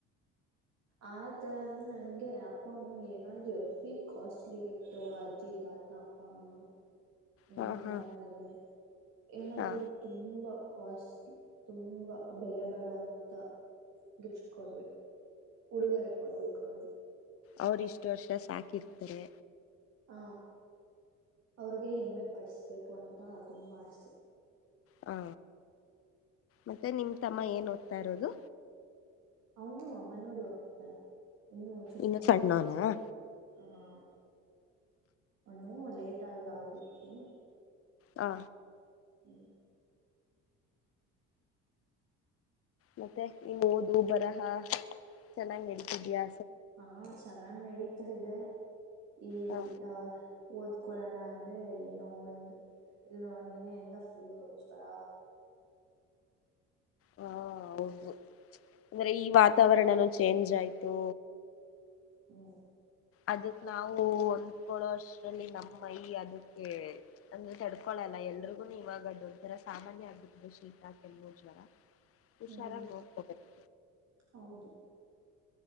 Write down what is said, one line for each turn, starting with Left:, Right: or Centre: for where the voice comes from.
Right: ಆ ತರ ಅಂದ್ರೆ ನನ್ಗೆ ಅಪ್ಪ ಅಮ್ಮಂಗೆ ಏನಾದ್ರು ಹೆವಿ ಕಾಸ್ಟ್ಲಿ ಗಿಫ್ಟು ಅಜ್ಜಿ ತಾತ ಅಪ್ಪ ಅಮ್ಮ.
Left: ಹಾ
Right: ನನ್
Left: ಹಾ
Right: ತಮ್ಮ ಇದಾನೆ. ಏನಾದ್ರೂ
Left: ಹಾ
Right: ಅವ್ರಿಗ್ ತುಂಬ. ಕಾಷ್ಲಿ ತುಂಬಾ ಬೆಲೆ ಬಾಳೋ ಅಂತ ಗಿಫ್ಟ್ ಕೊಡ್ಬೇಕ್. ಉಡುಗೊರೆ ಕೊಡ್ಬೇಕು ಅವ್ರ್ ಗೆ.
Left: ಅವ್ರ್ ಇಷ್ಟ್ ವರ್ಷ ಸಾಕಿರ್ತರೆ.
Right: ಹಾ. ಅವ್ರಿಗೆ ಹೆಮ್ಮೆ ಪಡ್ಸ್. ಬೇಕು ಅಂತ ತುಂಬ ಆಸೆ.
Left: ಹಾ ಮತ್ತೆ ನಿಮ್ ತಮ್ಮ ಏನ್ ಓದ್ತಾ ಇರೋದು.
Right: ಅವ್ನು ಅಂಗನವಾಡಿ ಹೋಗ್ತಾನ್. ಇನ್ನೂ ಚಿಕ್ಕೋನ್
Left: ಇನ್ನು ಸಣ್ಣೋನಾ
Right: ಅವ್ನ್. ಹಾ ಅವ್ನೂ ಲೇಟ್ ಆಗ್ ಆಗಿದ್ದು.
Left: ಹಾ.
Right: ಹ್ಮ್.
Left: ಮತ್ತೆ ಈಗ ಓದು ಬರಹ ಚೆನ್ನಾಗ್ ನಡಿತಿದ್ಯಾ.
Right: ಹಾ ಚೆನ್ನಾಗ್ ನಡಿ. ತಾ ಇದೆ. ಈಲ್
Left: ಹಾ
Right: ಆ. ಓದ್ಕೊಳ್ಳೋಣ ಅಂದ್ರೆ ಏನೋ ಒಂದು ಇಲ್ಲ ನೆನ್ನೆಯಿಂದ ಫುಲ್ಲು ಜ್ವರ.
Left: ಹಾ ಹೌದು ಅಂದ್ರೆ ಈ ವಾತಾವರ್ಣಾನು ಚೇಂಜ್ ಆಯ್ತು.
Right: ಹೂ.
Left: ಅದಕ್ ನಾವು ಹೊಂದ್ಕೊಳ್ಳೋ ಅಷ್ಟ್ರಲ್ಲಿ ನಮ್ಮ್ ಮೈ ಅದುಕ್ಕೆ ಅಂದ್ರೆ ತಡ್ಕೊಳಲ್ಲ ಎಲ್ರಿಗುನು ಇವಾಗ ಅದ್ ಒಂತರ ಸಾಮಾನ್ಯ ಆಗ್ಬಿಟ್ಟಿದೆ ಶೀತಾ ಕೆಮ್ಮು ಜ್ವರ. ಹುಷಾರಾಗ್
Right: ಹ್ಮ್
Left: ನೋಡ್ಕೋಬೇಕ್.
Right: ಹೌದು